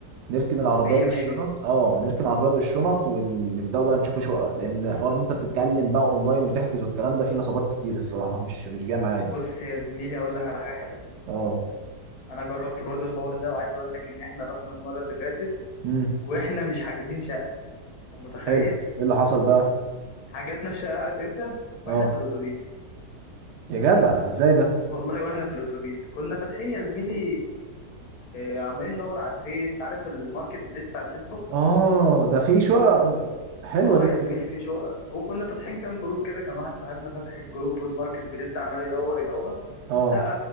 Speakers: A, on the right; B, on the left.
A: نركن العربيه
B: مية
A: بالشنط
B: مية
A: اه نركن العربيه بالشنط ونبداوا بقى نشوف شقق لان حوار ان انت تتكلم بقى اونلاين وتحجز والكلام ده فيه نصابات كتير الصراحه مش مش جايه معايا
B: بص يا زميلي هقول لك على حاجة حلوة
A: اه
B: أنا جربت برضو الحوار ده وعايز أقول لك إن إحنا رحنا المرة اللي فاتت
A: امم
B: وإحنا مش حاجزين شقة أنت متخيل
A: حلو ايه اللي حصل بقى
B: حجزنا الشقة عارف إمتى وإحنا
A: اه
B: في الأتوبيس
A: يا جدع ازاي ده
B: والله وإحنا في الأتوبيس كنا فاتحين يا زميلي آه، عمالين ندور على الفيس عارف الماركت بليس بتاع الفيسبوك
A: اه ده في شقق م- حلوه
B: اه
A: دي
B: يا زميلي في شقق وكنا فاتحين كام جروب كده كان واحد صاحبنا فاتح الجروب والماركت بليس ده عمال يدور يدور
A: اه
B: لقى